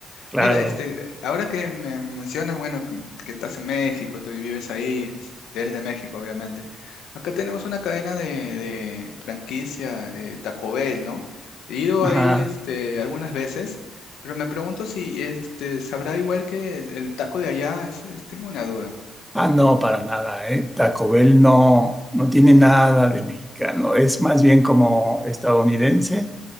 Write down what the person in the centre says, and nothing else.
Claro.
Ajá.
Ah, no, para nada, ¿eh? Taco Bell no, no tiene nada de mexicano. Es más bien como estadounidense